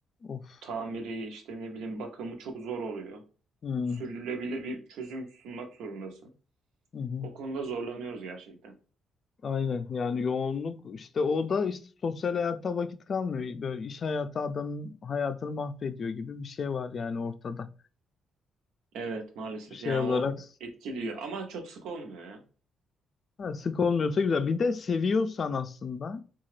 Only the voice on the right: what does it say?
tamiri işte ne bileyim bakımı çok zor oluyor.
Sürdürülebilir bir çözüm sunmak zorundasın.
O konuda zorlanıyoruz gerçekten.
Evet maalesef
yani
o etkiliyor ama çok sık olmuyor ya.